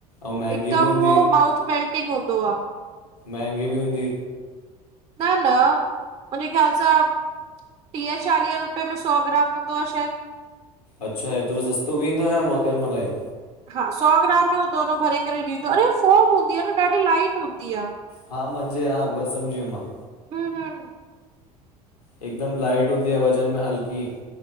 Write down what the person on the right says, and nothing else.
हिकदम
हो माउथ मेल्टिंग हूंदो आ।
न न, मुंहिंजे ख़याल सां टीह चालीह रुपये में सौ ग्राम हूंदो आ शायद।
हा सौ ग्राम में हूअ दोनो भरे करे ॾींदो आहे। अड़े फॉम हूंदी आहे न ॾाढी लाइट हूंदी आहे।
हूं हूं